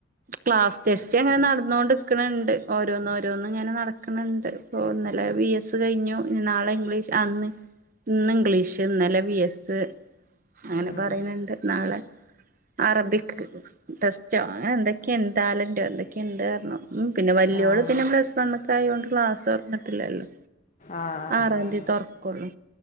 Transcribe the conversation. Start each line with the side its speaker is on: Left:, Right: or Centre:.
Right: ക്ലാസ് ടെസ്റ്റ് അങ്ങനെ നടന്നോണ്ട് നിക്ക്‌ണണ്ട് ഓരോന്ന് ഓരോന്ന് ഇങ്ങനെ നടക്ക്‌ണണ്ട്. ഇപ്പൊ ഇന്നലെ വി എസ് കഴിഞ്ഞു ഇനി നാളെ ഇംഗ്ലീഷ് ആന്ന് ഇന്ന് ഇംഗ്ലീഷ് ഇന്നലെ ബി എസ് അങ്ങനെ
Left: ഉം
Right: പറയ്ണണ്ട് നാളെ അറബിക് ടെസ്റ്റോ അങ്ങനെ എന്തൊ ക്കെന്റ് ടാലന്റോ എന്തൊക്കെയുണ്ട് പറഞ്ഞു പിന്നെ വലിയോള്
Left: ആഹ്
Right: പിന്നെ പ്ലസ് വണ്ണ്ക്കായോണ്ട് ക്ലാസ് തുറന്നിട്ടില്ലല്ലോ.
Left: ആഹ്
Right: ആറാംതീ
Left: ആഹ്
Right: തുറക്കൊള്ളൂ.